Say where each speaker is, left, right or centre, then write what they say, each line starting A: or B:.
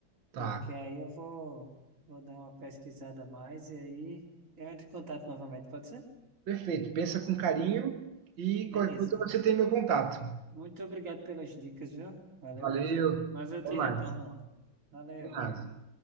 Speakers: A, on the right (about 70°); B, on the right (about 40°).
A: Tá,
B: porque aí eu vou, vou dar uma pesquisada a mais e aí eu entro em contato novamente, pode ser?
A: perfeito. Pensa com carinho e
B: Beleza.
A: qualquer coisa você tem meu contato.
B: Muito obrigado pelas dicas, viu? Valeu
A: Valeu,
B: mesmo. Mas eu
A: até
B: te
A: mais.
B: retorno lá. Valeu.
A: Combinado.